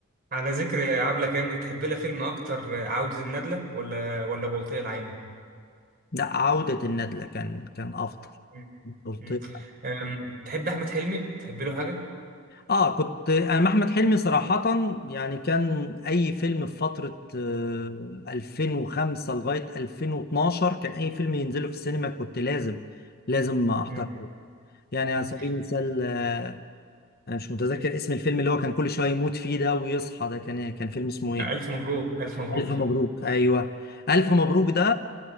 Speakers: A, on the right (about 45°); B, on the left (about 45°).
A: على ذكر عبلة كامل تحب لها فيلم اكتر عودة الندلة ولا ولا بلطية العايمة
B: لا عودة الندلة كان كان افضل
A: مم.
B: قلت
A: مم.
B: لك.
A: أم، تحب احمد حلمي تحب له حاجة
B: اه كنت انا مع احمد حلمي صراحة يعني كان اي فيلم في فترة آه، 2005 لغاية 2012 كان اي فيلم ينزله في السينما كنت لازم لازم احضره
A: مم.
B: يعني على
A: مم.
B: سبيل المثال آه، انا مش متذكر اسم الفيلم اللي هو كان كل شوية يموت فيه ده ويصحى ده كان إيه؟ كان فيلم اسمه ايه؟
A: الف مبروك الف مبروك
B: ألف
A: فعلا
B: مبروك ايوه ألف مبروك ده